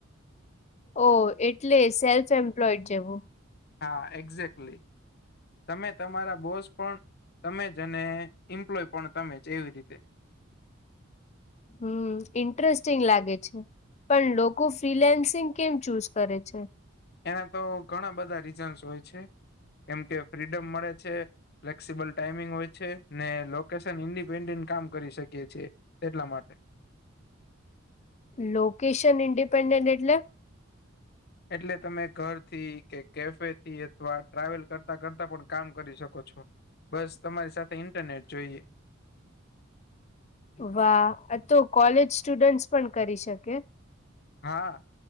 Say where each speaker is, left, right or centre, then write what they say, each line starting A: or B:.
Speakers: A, on the left; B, on the left.
A: ઓ એટલે સેલ્ફ એમ્પ્લોઈડ જેવુ
B: હા એક્ઝેક્ટલી તમે તમારા બોસ પણ તમે જ અને ઇમ્પ્લોય પણ તમે જ એવી રીતે
A: હમ ઇન્ટરેસ્ટિંગ લાગે છે. પણ લોકો ફ્રીલેન્સિંગ કેમ ચૂઝ કરે છે.
B: એના તો ઘણા બધા રીઝન્સ હોય છે કેમ કે ફ્રીડમ મળે છે. ફ્લેક્સિબલ ટાઈમિંગ હોય છે ને લોકેશન ઇની <unintelligible> કામ કરી શકીએ છીએ એટલા માટે
A: લોકેશન ઇન્ડિપેન્ડેન્ટ એટલે
B: એટલે તમે ઘરથી કે કેફેથી અથવા ટ્રાવેલ કરતા કરતા પણ કામ કરી શકો છો. બસ તમારી સાથે ઇન્ટરનેટ જોઈએ.
A: વાહ અ તો કોલેજ સ્ટુડન્ટ પણ કરી શકે.
B: હા